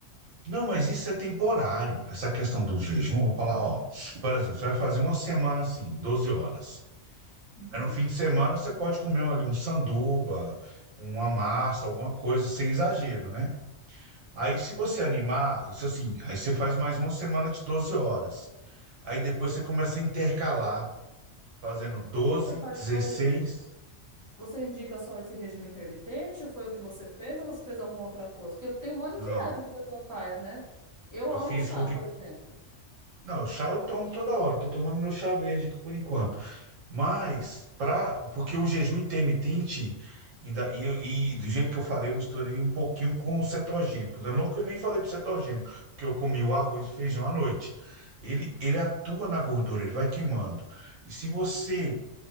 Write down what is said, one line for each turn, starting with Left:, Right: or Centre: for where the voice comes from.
Right: Não, mas isso é temporário. Essa questão do jejum, eu vou falar, ó, por exemplo, você vai fazer uma semana assim, 12 horas.
Left: Uhum.
Right: Aí no fim de semana você pode comer ali um sanduba, uma massa, alguma coisa, sem exagero, né? Aí se você animar, isso assim, aí você faz mais uma semana de 12 horas. Aí depois você começa a intercalar, fazendo 12,
Left: Você faz
Right: 16.
Left: só o... o- Você indica só esse regime intermitente? Foi o que você fez ou você fez alguma outra coisa? Porque tem um monte
Right: Não,
Left: de dieta que o pessoal faz, né? Eu
Right: eu
Left: amo
Right: fiz
Left: chá,
Right: porque.
Left: por exemplo.
Right: Não, o chá eu tomo toda hora, tô tomando meu chá verde aqui por enquanto. Mas, pra, porque o jejum intermitente, ainda, e, e do jeito que eu falei, eu misturei um pouquinho com os cetogênicos. Eu nunca nem falei do cetogênico, porque eu comi o arroz e feijão à noite. Ele, ele atua na gordura, ele vai queimando. E se você